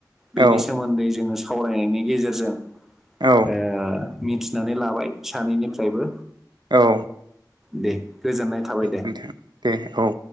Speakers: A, in the centre; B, on the right.
A: बेनि
B: औ
A: सोमोन्दै जोङो सावरायनायनि गेजेरजों
B: औ
A: ओ मिथिनानै लाबाय सानैनिफ्रायबो
B: औ
A: दे गोजोननाय थाबाय दे।
B: नोंथां दे औ